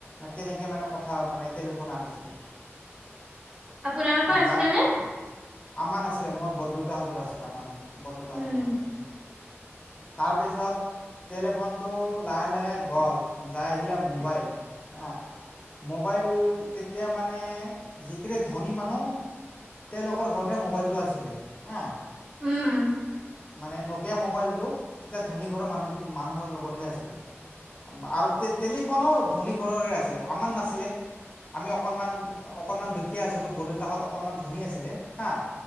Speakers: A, on the left; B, on the right.
A: তেনেকে মানে কথা মানে টেলিফোন আনিছিলে।
B: আপোনালোকৰ আছিলে
A: তাৰ
B: নে?
A: আমাৰ নাছিলে মোৰ বৰদেউতাহঁতৰো আছিলে, আমাৰ নহয় বৰদেউতাহঁতৰ
B: উম,
A: ঘৰত আছিলে। তাৰপিছত টেলিফোনটো লাহে লাহে গ'ল যাই আহিলে মোবাইল, হা মোবাইল তেতিয়া মানে যিখিনি ধনী মানুহ তেওঁলোকৰ ঘৰত হে মোবাইলটো আছিলে হা
B: উম
A: মানে নকিয়া মোবাইলটো তেতিয়া ধনী ঘৰৰ মানুহ মানুহৰ লগতহে আছিলে আৰু টেলি টেলিফোনো ধনী ঘৰৰে আছিলে আমাৰ নাছিলে আমি অকণমান অকণমান দুখীয়া আছিলো বৰদেউতাহঁত অকণমান ধনী আছিলে। হা,